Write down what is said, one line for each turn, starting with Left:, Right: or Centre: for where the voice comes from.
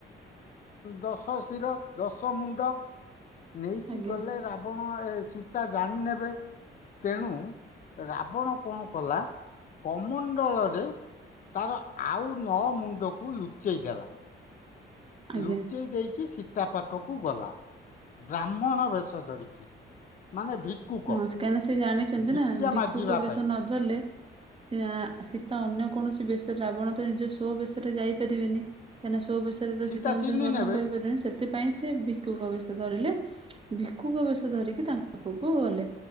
Left: ଦଶ ଶିର ଦଶ ମୁଣ୍ଡ। ନେଇକି
Right: ଆଜ୍ଞା
Left: ଗଲେ ରାବଣ ଏ ସୀତା ଜାଣି ନେବେ ତେଣୁ ରାବଣ କଣ କଲା କମଣ୍ଡଳରେ ତାର ଆଉ ନ ମୁଣ୍ଡକୁ ଲୁଚେଇ ଦେଲା।
Right: ଆଜ୍ଞା।
Left: ଲୁଚେଇ ଦେଇକି ଶୀତ ତା ପାଖକୁ ଗଲା ବ୍ରାହ୍ମଣ ବେଶ ଧରିକି ମାନେ ଭିକୁକ
Right: ହଁ କାହିଁକି ସେ ଜାଣିଛନ୍ତି
Left: ଭିକ୍ଷା
Right: ନା ଭକୁୁକ
Left: ମାଗିବା
Right: ବେଶ
Left: ପାଇଁ
Right: ନଧରିଲେ । ସେ ଶୀତ ଅନ୍ୟ କୌଣସି ବେଶରେ ରାବଣ ତ ନିଜ ସୋ ବେଶରେ ଯାଇପାରିବେନି କାହିଁକିନା ମାନେ ସବୁ ବିଷୟରେ ତ
Left: ସୀତା
Right: ସୀ ତାଙ୍କୁ
Left: ଚିହ୍ନି
Right: ସେ ହରଣ
Left: ନେବେ
Right: କରିପାରିବନି ସେଥିପାଇଁ ସେ ଭିଖୁକ ବିଷୟ ଧରିଲେ। ଭିକକୁୁକ ବେଶ ଧରିକି ତାଙ୍କ ପାଖକୁ କୁ ଗଲେ